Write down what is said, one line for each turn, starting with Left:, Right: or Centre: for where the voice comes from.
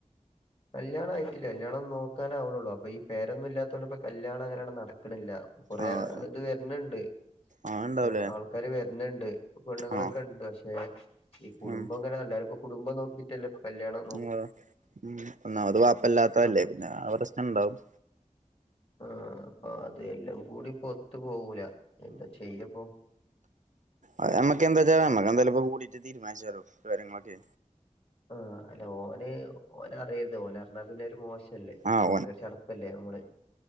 Left: കല്യാണായിട്ടില്ല്യ. കല്ല്യാണം നോക്കാനാവ് ണൊള്ളൂ, അപ്പൊ ഈ പേരൊന്നും ഇല്ല്യാതൊണ്ട്പ്പൊ കല്യാണങ്ങനണ്ട് നടക്ക് ണില്ല്യ. കൊറേ
Right: ആഹ്
Left: ത് വെര്ണ് ണ്ട്.
Right: ആഹ് ഇണ്ടാവൂലേ
Left: ഏ ആൾക്കാര് വെര്ണ് ണ്ട്, പെണ്ണുങ്ങളൊക്കെണ്ട്.
Right: ആഹ്
Left: പക്ഷേ ഇ കുടുംബംങ്ങനെ,
Right: ഉം
Left: എല്ലാരുപ്പം കുടുബം നോക്കീട്ടല്ലെ കല്ല്യാണം.
Right: ആ ഉം ഒന്നാമത് വാപ്പല്ലാത്തല്ലേ,
Left: അപ്പ
Right: പിന്നെ ആ പ്രശ്നണ്ടാവും.
Left: <inaudible> ആഹ് അ അതെല്ലം കൂടിപ്പൊത്ത്പോകൂല, എന്താ ചെയ്യപ്പം?
Right: അഅ് അമ്മക്കെന്താച്ചാ അമ്മക്ക് എന്തായാലുപ്പം കൂടിട്ട് തീരുമാനിച്ച. <unintelligible> കാര്യങ്ങളൊക്കെ,
Left: ആഹ്, അല്ല ഓന് ഓനറിയര്ത്. ഓന ന്നാ പിന്നെ അഒരു മോശല്ലേ,
Right: ആഹ്
Left: മക്ക് ചടപ്പല്ലേ അമ്മള്